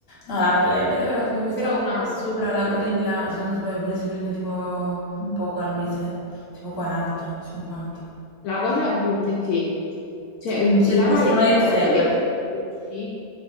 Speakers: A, on the left; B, on the left.
A: No, l'app level, però tipo questa
B: però
A: qua
B: un altro.
A: qua sopra, la gorilla,
B: Eh.
A: se non mi sbaglio pure si prende tipo
B: Mm.
A: poco al mese, tipo 40, 50.
B: La cosa brutta è che, cioè,
A: Non
B: mm,
A: c'è
B: la
A: nessuno
B: valetta,
A: che ti
B: dato
A: segue.
B: che ti scocci,